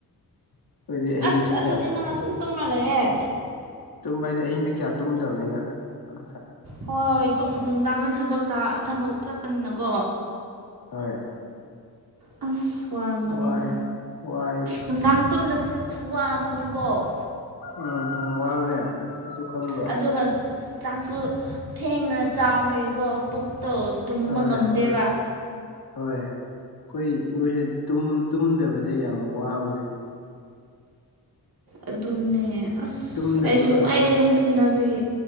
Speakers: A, on the left; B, on the right.
A: ꯑꯩꯈꯣꯏꯗꯤ ꯑꯍꯤꯡꯁꯨ
B: ꯑꯁ ꯑꯗꯨꯗꯤ
A: ꯀꯌꯥ
B: ꯅꯪ ꯑꯗꯨꯝ ꯇꯨꯝꯃꯜꯂꯒꯦ
A: ꯇꯨꯝꯕ ꯍꯥꯏꯗꯤ ꯑꯍꯤꯡꯗꯤ ꯀꯌꯥ ꯇꯨꯝꯗꯕꯅꯤꯅ ꯑ
B: ꯍꯣꯏ ꯍꯣꯏ ꯅꯨꯡꯗꯥꯡ ꯊꯕꯛꯇ ꯊꯕꯛ ꯆꯠꯄꯅꯤꯅꯀꯣ
A: ꯍꯣꯏ
B: ꯑꯁ ꯋꯥꯔꯝꯒꯅꯤꯅꯦ
A: ꯋꯥꯏ ꯋꯥꯏ
B: ꯅꯨꯡꯗꯥꯡ ꯇꯨꯝꯗꯕꯁꯦ ꯈꯨꯋꯥ ꯑꯃꯅꯦꯀꯣ
A: ꯎꯝ ꯌꯥꯝ ꯋꯥꯕꯅꯦ ꯃꯁꯨ ꯈꯪꯕ꯭ꯔꯥ
B: ꯑꯗꯨꯒ ꯆꯥꯛꯁꯨ ꯊꯦꯡꯅ ꯆꯥꯃꯦꯀꯣ ꯇꯣ ꯇꯨꯝꯕ
A: ꯍꯣꯏ
B: ꯉꯝꯗꯦꯕ
A: ꯍꯣꯏ ꯍꯣꯏ ꯑꯩꯈꯣꯏ ꯏꯣꯏꯁꯦ ꯇꯨꯝꯗꯕꯁꯦ ꯌꯥꯝ ꯋꯥꯕꯅꯦ
B: ꯑꯗꯨꯅꯦ ꯑꯁ
A: ꯇꯨꯝꯗꯕꯒ
B: ꯑꯩꯁꯨ ꯋꯥꯑꯦ
A: ꯆꯥꯛ
B: ꯇꯨꯝꯗꯕꯒꯤ